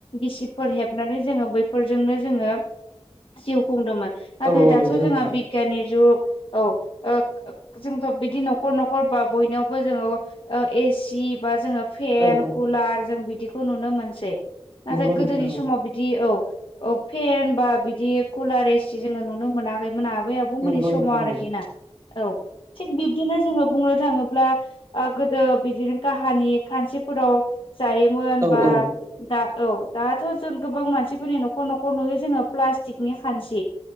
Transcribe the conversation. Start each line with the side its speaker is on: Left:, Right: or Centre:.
Left: गिसिफोर हेबनानै जोङो बैफोरजों नो जोङो जिउ खुंदोंमोन नाथाय
Right: औ औ
Left: दाथ'
Right: नंगौ नोंथां
Left: जोंहा बिगियाननि जुग औ ओ जोंथ' बिदि न'खर न'खर बा बयनावबो जोङो ओ एसि बा जोङो फेन
Right: औ औ
Left: कुलार जों बिदिखौ नुनो मोनसै। नाथाय
Right: नंगौ नोंथां
Left: गोदोनि
Right: औ
Left: समाव बिदि औ औ फेन बा बिदि कुलार एसि जोङो नुनो मोनाखैमोन आ बै आबौ मोननि
Right: नंगौ
Left: समाव
Right: नोंथां
Left: आरोखि
Right: औ
Left: ना। औ थिग बिब्दिनो जोङो बुंङो थाङोब्ला आ गोदो बिदिनो काहानि खानसि फोराव जायोमोन
Right: औ
Left: बा
Right: औ
Left: दा औ दाथ' जों गोबां मानसिफोरनि न'खर न'खर नुयो जोङो प्लास्टिकनि खानसि।